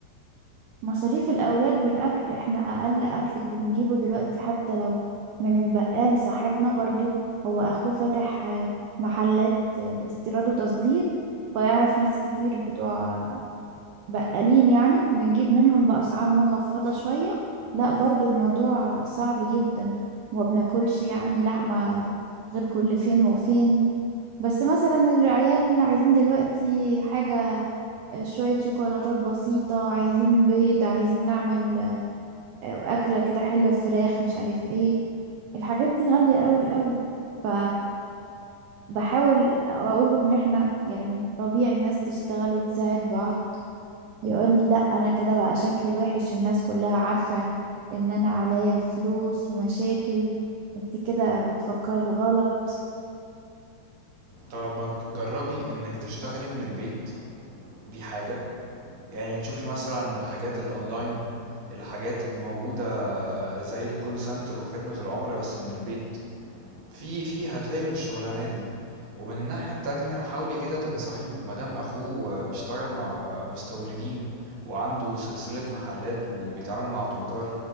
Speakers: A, on the right; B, on the right.
A: مصاريف الاولاد والاكل احنا اقل اكل بنجيبه دلوقتي حتى لو من البقال صاحبنا برضو هو اخوه فاتح آه، محلات آه، استيراد وتصدير فيعرف ناس كتير بتوع بقالين يعني بنجيب منهم بأسعار مخفضة شوية لا برضو الموضوع صعب جدا وما بناكلش يعني لحمة غير كل فين وفين بس مثلا العيال اللي عايزين دلوقتي حاجة شوية شوكولاتات بسيطة عايزين بيض عايزين نعمل آه، أكلة كده حلوة فراخ مش عارف ايه الحاجات دي غالية قوي قوي ف بحاول اقول له ان احنا يعني طبيعي الناس تشتغل وتساعد بعض يقول لي لا انا كده بقى شكلي وحش الناس كلها عارفة ان انا عليا فلوس ومشاكل انت كده بتفكري غلط
B: طب ما تجربي انك تشتغلي من البيت دي حاجة يعني تشوفي مثلا من الحاجات الاونلاين الحاجات الموجودة زي الكول سنتر وخدمة العملاء بس من البيت في في هتلاقي من الشغلانات دي ومن الناحية التانية حاولي كده تنصحيه مادام أخوه بيشتغل مع مستوردين وعنده سلسلة محلات وبيتعامل مع تجار